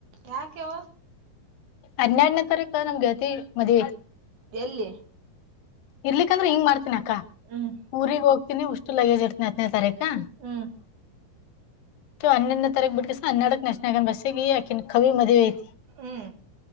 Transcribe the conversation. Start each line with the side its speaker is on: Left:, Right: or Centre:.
Right: ಯಾಕೆವ
Left: ಹನ್ನೆರಡನೇ ತಾರೀಕು ಕ ನಮಗೆತಿ ಮದ
Right: ಎಲ್ಲಿ
Left: ಇರ್ಲಿಕ್ಕ ಅಂದ್ರೆ ಹಿಂಗ ಮಾಡ್ತಿನಿ ಅಕ್ಕ
Right: ಹ್ಮ್
Left: ಊರಿಗೆಗ್ ಹೋಗತನಿ ಉಷ್ಟು ಲ ಏಜ್ ಇಡ್ತೀನಿ ಹತ್ತನೇ ತಾರೀಕು ಹಾ
Right: ಹ್ಮ್
Left: ಸೊ ಹನ್ನೊನ ತಾರೀಕ್ ಬಿಟ್ಟಗಸ ಹನ್ನಡಕ್ ನಾಶನ ಆಗ ಬಸ್ಸಗ ಯಕನ್ ಕವಿ ಮದಿ ಯಐತಿ
Right: ಹ್ಮ್